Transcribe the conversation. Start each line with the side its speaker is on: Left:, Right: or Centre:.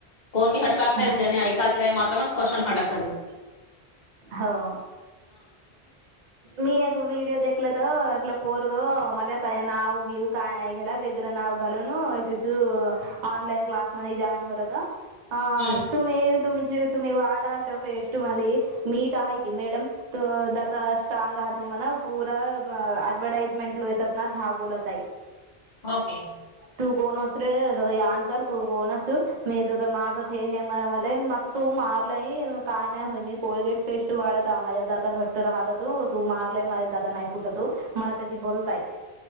Left: कोण की हटकायच
Right: हा
Left: नाही ऐकाच मात्र म <unintelligible>
Right: हो मी एक व्हडिओ देलं तर एकलं पोर ग मला नाव घेऊ काय नाही घ्याला वेगरं नाव घालून ऑनलाईन क्लासमध्ये जॉईन होरात अ
Left: हम्म
Right: तुम्ही तुमची तुम्ही वाडा च पेष्ट म्ह मीठ आहे की मॅडम <unintelligible> त दता स्ट्राग आहात कि म्हणा पूर अऍडव्हटाईजमेंट लो येतात ना ह्या बोलतई
Left: ओके
Right: तू कोणस रेन कर तू कोणस मी तो मारत <unintelligible> मारलंय काय नाही होय मी कोलगेट पेस्ट वाढत माझ्या घट्ट राहत त तू मारलाय माझ्या दादा नाही फुटतो मला त्याची बोलताय